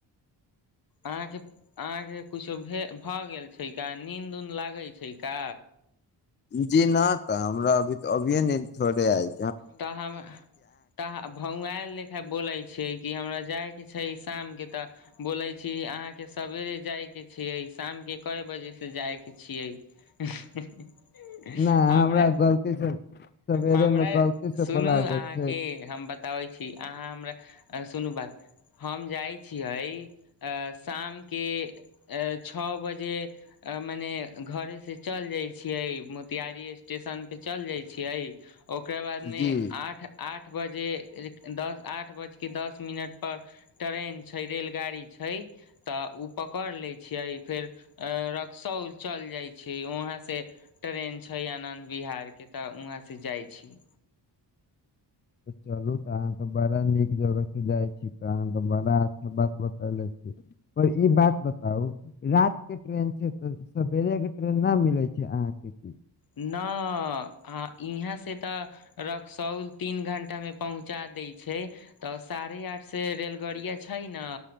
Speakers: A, on the left; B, on the left.
A: अहाँके अहाँके किछो भे-भऽ गेल छै का नीन्द उंद लागै छै का
B: जी ना तऽ हमरा अभी तो अभिऐ नींद थोड़े आएल
A: तहमे तहाँ आ भौँएाल लेखा बोलै छियै कि हमरा जाइके छै शामके तऽ बोलै छी अहाँके सवेरे जायके छियै शामके कए बजेसँ जाएके छियै हीं-ह
B: न
A: हमरा-
B: गलती से सवेरे
A: हमरा
B: मे गलती
A: ए
B: से
A: सुनू
B: बोला गेल
A: अहाँके
B: छै
A: हम बताबै छी अहाँ हमरा सुनू बात हम जाइत छियै ए-शामके ए-छओ बजे अ-मने घरे से चल जाइ छियै मोतियारी स्टेशन पे चलि जाइ छियै ओकरा बादमे
B: जी
A: आ आठ आठ बजे दस आठ बजके दस मिनट पर ट्रेन छै रेलगाड़ी छै तऽ उ पकड़ लै छियै फेर रक्सौल चल जाइ छै वहाँ से ट्रेन छै आनन्द बिहार केँ तऽ उहाँ से जाइ छी
B: तऽ चलू तऽ अहाँ तऽ बड़ा नीक जगहसँ जाइ छी तहन तऽ बड़ा अच्छा बात बतैलै छी पर ई बात बताउ रात के ट्रेन छै तऽ सवेरे केँ ट्रेन नऽ मिले छै अहाँकेँ की
A: ना अ इहाँ से तऽ रक्सौल तीन घंटा मे पहुँचा दै छै तऽ साढ़े आठसँ रेलगड़िया छै नऽ